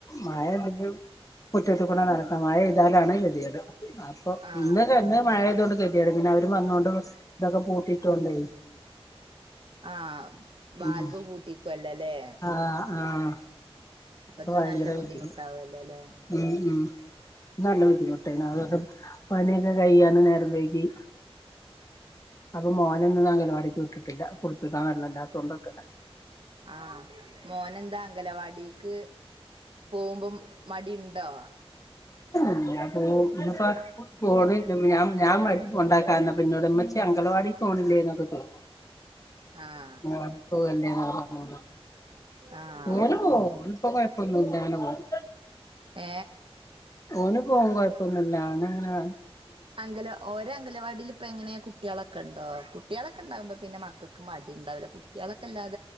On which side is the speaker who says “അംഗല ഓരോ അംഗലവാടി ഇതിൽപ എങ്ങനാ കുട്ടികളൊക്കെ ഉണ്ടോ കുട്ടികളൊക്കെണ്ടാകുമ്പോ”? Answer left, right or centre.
Right